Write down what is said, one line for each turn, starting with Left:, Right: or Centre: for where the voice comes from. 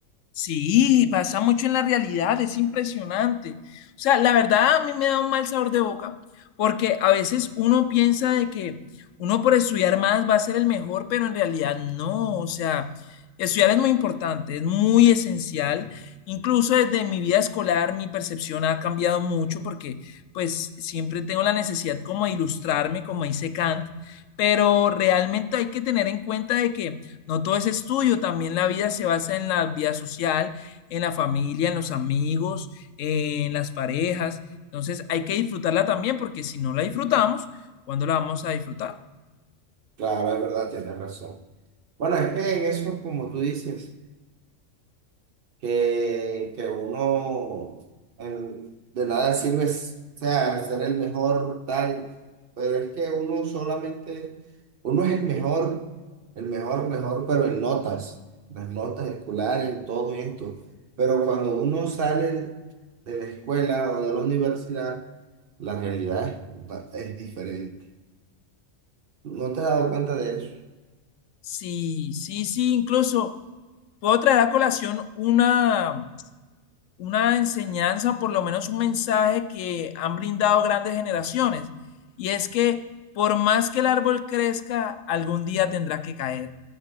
Left: Sí, pasa mucho en la realidad, es impresionante. O sea, la verdad a mí me da un mal sabor de boca porque a veces uno piensa de que uno por estudiar más va a ser el mejor, pero en realidad no. O sea, estudiar es muy importante, es muy esencial. Incluso desde mi vida escolar mi percepción ha cambiado mucho porque pues siempre tengo la necesidad como de ilustrarme, como dice Kant, pero realmente hay que tener en cuenta de que no todo es estudio, también la vida se basa en la vida social, en la familia, en los amigos, en las parejas. Entonces hay que disfrutarla también porque si no la disfrutamos, ¿cuándo la vamos a disfrutar?
Right: Claro, es verdad, tienes razón. Bueno, es que en eso, como tú dices. que, que uno el- de nada sirve, s- o sea, ser el mejor, tal, pero es que uno solamente, uno es el mejor, el mejor, mejor, pero en notas, las notas escolares, en todo esto, pero cuando uno sale de la escuela o de la universidad, la realidad es, ba- es diferente. ¿No te has dado cuenta de eso?
Left: Sí, sí, sí, incluso puedo traer a colación una, una enseñanza, por lo menos un mensaje que han brindado grandes generaciones. Y es que por más que el árbol crezca, algún día tendrá que caer.